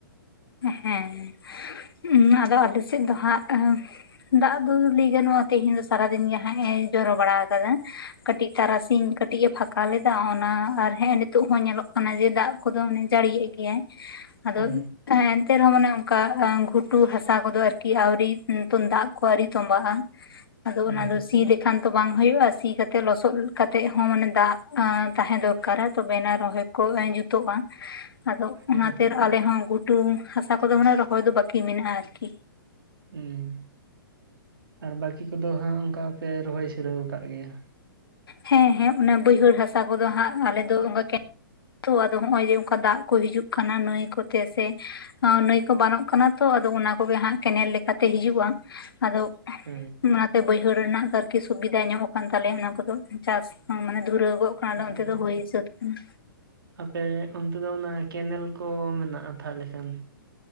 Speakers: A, on the left; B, on the right.
A: ᱦᱮᱸ ᱟᱫᱚ ᱟᱞᱮᱥᱮᱜ ᱫᱚ ᱦᱟᱸᱜ, ᱫᱟᱜᱽ ᱫᱚ ᱞᱟᱹᱭ ᱜᱟᱱᱚᱜᱼᱟ ᱛᱮᱦᱮᱧ ᱫᱚ ᱥᱟᱨᱟᱫᱤᱱ ᱜᱮ ᱦᱟᱸᱜ ᱮ ᱡᱚᱨᱚ ᱵᱟᱲᱟ ᱟᱠᱟᱫᱟ, ᱠᱟ. ᱴᱤᱜ ᱛᱟᱨᱟᱥᱤᱧ ᱠᱟ. ᱴᱤᱜ ᱮ ᱯᱷᱟᱸᱠᱟ ᱞᱮᱫᱟ ᱚᱱᱟ ᱟᱨ ᱦᱮᱸᱜ ᱮ ᱱᱤᱛᱚᱜ ᱦᱚᱸ ᱧᱮᱞᱚᱜ ᱠᱟᱱᱟ ᱡᱮ ᱫᱟᱜᱽ ᱠᱩᱫᱚ ᱢᱟᱱᱮ ᱡᱟᱹᱲᱤᱭᱮᱫ ᱜᱮᱭᱟᱭ ᱟᱫᱚ,
B: ᱦᱮᱸ
A: ᱦᱮᱸ ᱮᱱᱛᱮ ᱨᱮᱦᱚᱸ ᱢᱟᱱᱮ ᱚᱱᱠᱟ ᱜᱷᱩᱴᱩ ᱦᱟᱥᱟ ᱠᱚᱫᱚ ᱟᱨᱠᱤ ᱟᱣᱨᱤ ᱫᱟᱜᱽ ᱠᱚ ᱟᱣᱨᱤ ᱛᱚᱢᱵᱟᱜᱼᱟ᱾ ᱟᱫᱚ
B: ᱦᱮᱸ
A: ᱚᱱᱟ ᱫᱚ
B: ᱦᱮᱸ
A: ᱥᱤ ᱞᱮ ᱠᱷᱟᱱ ᱛᱚ ᱵᱟᱝ ᱦᱩᱭᱩᱜᱼᱟ ᱥᱤ ᱠᱟᱛᱮ ᱞᱚᱥᱚᱫ ᱠᱟᱛᱮ ᱦᱚᱸ ᱢᱟᱱᱮ ᱫᱟᱜᱽ ᱛᱟᱦᱮᱸ ᱫᱚᱨᱠᱟᱨᱟ ᱛᱚᱵᱮᱟᱱᱮ ᱨᱚᱦᱚᱭ, ᱠᱚᱞ ᱟᱹᱧ ᱡᱩᱛᱚᱜᱼᱟ, ᱟᱫᱚ
B: ᱦᱮᱸ
A: ᱚᱱᱟ ᱠᱷᱟ. ᱛᱤᱨ ᱟᱞᱮ ᱦᱚᱸ ᱜᱷᱩᱴᱩ ᱦᱟᱥᱟ ᱠᱚᱫᱚ ᱢᱟᱱᱮ ᱨᱚᱦᱚᱭ ᱫᱚ ᱵᱟᱠᱤ ᱢᱮᱱᱟᱜᱼᱟ ᱟᱨᱠᱤ᱾
B: ᱦᱩᱸ ᱟᱨ ᱵᱟᱹᱠᱤ ᱠᱚᱫᱚ ᱦᱟᱸᱜ ᱚᱱᱠᱟ ᱯᱮ ᱨᱚᱦᱚᱭ ᱥᱤᱨᱟᱹᱣ ᱟᱠᱟᱫ ᱜᱮᱭᱟ᱾
A: ᱦᱮᱸ ᱦᱮᱸ ᱚᱱᱟ ᱵᱟᱹᱭᱦᱟᱹᱲ ᱦᱟᱥᱟ ᱠᱚᱫᱚ ᱦᱟᱸᱜ ᱟᱞᱮ ᱫᱚ ᱚᱱᱠᱟ ᱜᱮ᱾ ᱛᱚ ᱟᱫᱚ ᱦᱚᱜ ᱚᱭ ᱡᱮ ᱚᱱᱠᱟ ᱫᱟᱜ ᱠᱚ ᱦᱤᱡᱩᱜ ᱠᱟᱱᱟ ᱱᱟᱹᱭ ᱠᱚᱛᱮ ᱥᱮ᱾ ᱱᱟᱹᱭ ᱠᱚ ᱵᱟᱱᱚᱜ ᱠᱟᱱᱟ ᱛᱚ ᱟᱫᱚ ᱚᱱᱟ ᱠᱚᱜᱮ ᱦᱟᱸᱜ ᱠᱮᱱᱮᱞ ᱞᱮᱠᱟᱛᱮ ᱦᱤᱡᱩᱜᱼᱟ ᱟᱫᱚ᱾
B: ᱦᱩᱸ
A: ᱚᱱᱟᱛᱮ ᱵᱟᱹᱭᱦᱟᱹᱲ ᱨᱮᱱᱟᱜ ᱫᱚ ᱟᱨᱠᱤ ᱥᱩᱵᱤᱫᱟ ᱧᱚᱜ ᱠᱟᱱ ᱛᱟᱞᱮᱭᱟ ᱚᱱᱟ ᱠᱚᱫᱚ ᱪᱟᱥ ᱦᱚᱸ ᱢᱟᱱᱮ ᱫᱷᱩᱨᱟᱹᱣ ᱫᱚ᱾ ᱚᱱᱟ
B: ᱛᱟᱦᱚᱞᱮ
A: ᱫᱚ ᱚᱱᱛᱮ ᱫᱚ ᱦᱩᱭ ᱥᱟᱹᱛ ᱠᱟᱱᱟ᱾
B: ᱟᱯᱮ ᱚᱱᱛᱮ ᱫᱚ ᱚᱱᱟ ᱠᱮᱱᱮᱞ ᱠᱚ ᱢᱮᱱᱟᱜᱼᱟ ᱛᱟᱦᱚᱸᱞᱮ ᱠᱷᱟᱱ᱾